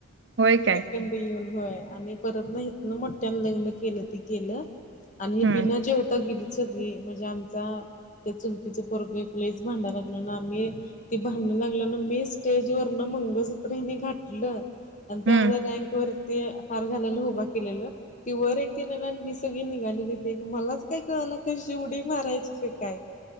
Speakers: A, on the right; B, on the left.
A: होय काय?
B: तिकून बी येऊन होय आनी.... परत न हितन मोठ्यानं लग्न केल तें केल आनी
A: हं,
B: बिना जेवता गेली सगळी म्हणजे ेत्या आमचा त्या चुलतीच पोरग एक लईच भांडाय लागलो ना आम्ही.. ती भांडणं लागलं ना मी स्टेज वरन मंगळसूत्र हिनी घातलं.. आणि त्या
A: हं,
B: म्हाला रँक वरती हार घालायला उभा केलेला.. ती वर एक केलेला ही सगळी निघालेली ते मलाच काय कळालं कशी उडी? मारायच का काय